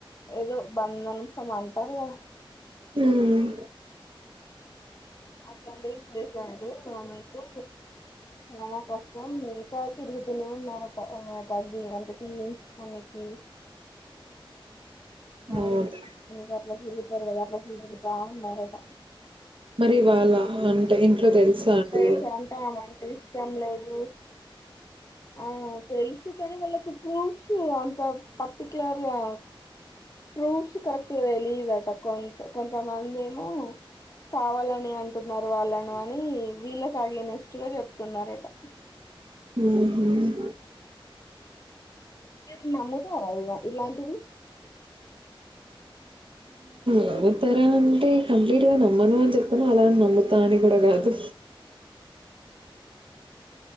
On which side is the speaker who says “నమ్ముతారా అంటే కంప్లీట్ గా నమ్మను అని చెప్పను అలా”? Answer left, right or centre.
Right